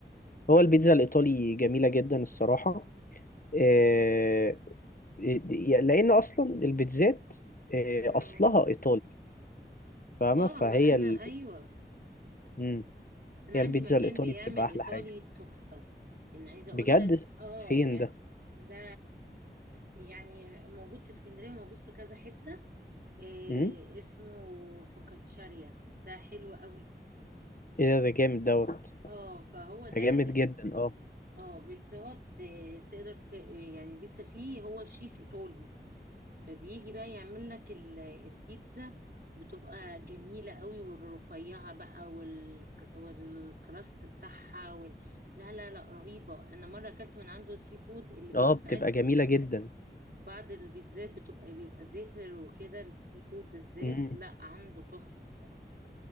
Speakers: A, on the left (about 50°); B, on the right (about 55°).
A: هو البيتزا الإيطالي جميلة جدا الصراحة آه، آه، لأن أصلا البيتزات آه،
B: اه
A: أصلها إيطالي فاهمة
B: آه
A: فهي
B: ما أنا
A: ال...
B: أيوة
A: مم.
B: أنا
A: هي
B: عندي
A: البيتزا
B: مكان
A: الإيطالي
B: بيعمل
A: بتبقى أحلى
B: إيطالي
A: حاجة
B: تحفة إن عايزة أقول
A: بجد
B: لك آه
A: فين
B: يعني
A: ده؟
B: ده يعني موجود في اسكندرية موجود في كذا حتة آه،
A: مم؟
B: اسمه فوكاتشاريا ده حلو قوي
A: إيه ده ده جامد دوت
B: اه فهو ده
A: ده جامد جدا اه
B: اه بتقعد آه، تقدر ت- يعني البيتزا فيه هو شيف ايطالي فبيجي بقى يعمل لك ال- البيتزا بتبقى جميلة قوي والرفيعة بقى وال... والكراست بتاعها وال... لا لا لا رهيبة انا مرة اكلت من عنده سي فود اللي بيبقى
A: اه بتبقى
B: ساعات
A: جميلة
B: في
A: جدا
B: بعض البيتزات بتبقى بيبقى زفر وكده السي فود بالذات
A: مم.
B: لا عنده تحفة بصراحة